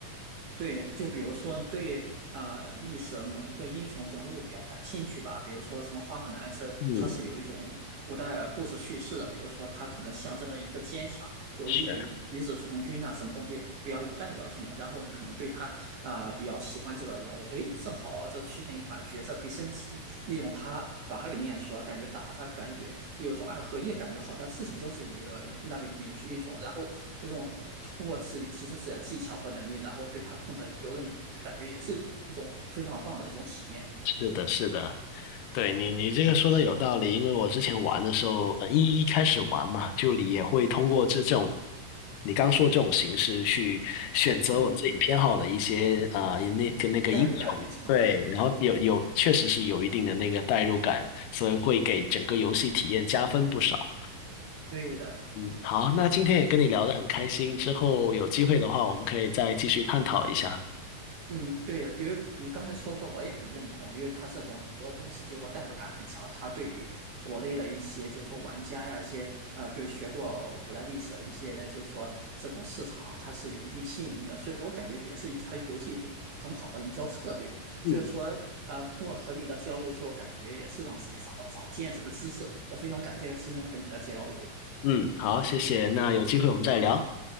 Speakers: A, on the right (about 70°); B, on the left (about 80°).
A: 对，就比如说对呃历史某一个英雄人物比较感兴趣吧，比如说什么花木兰，这它是有一种古代故事叙事的，
B: 嗯，
A: 比如说它可能象征了一个坚强、有毅力、
B: 是。
A: 与子从军呐、什么东西比较有代表性的，然后呢可能对他啊、比较喜欢这个人物，哎，正好这出现一款角色可以升级，利用他把他给练熟，感觉打他感觉有种二合一感觉好像自己就是一个那个音英种，然后那种呃通过自己提升自己的技巧和能力，然后对它控制游刃有余，感觉也是一种非常棒的一种体验。
B: 是的，是的，对你，你这个说的有道理，因为我之前玩的时候，呃一一开始玩嘛，就你也会通过这种，你刚说这种形式去选择我自己偏好的一些啊，
A: 嗯嗯，嗯
B: 那跟那个英雄，
A: 代入感很强的，
B: 对，然后有有确实是有一定的那个代入感，所以会给整个游戏体验加分不少。
A: 对的。
B: 嗯，好，那今天也跟你聊得很开心，之后有机会的话，我们可以再继续探讨一下。
A: 嗯，对，因为你刚才说的我也很认同，因为它这种很多东西就是说代入感很强，它对于国内的一些就是说玩家呀，一些呃对学过古代历史的一些就是说这种市场，它是有一定吸引力的，所以我感觉也是它游戏一种很好的营销策略。所以说，
B: 嗯
A: 呃，通过和你的交流之后，感觉也是让自己长了不少见识和知识，也非常感谢今天和你的交流。
B: 嗯，好，谢谢，那有机会我们再聊，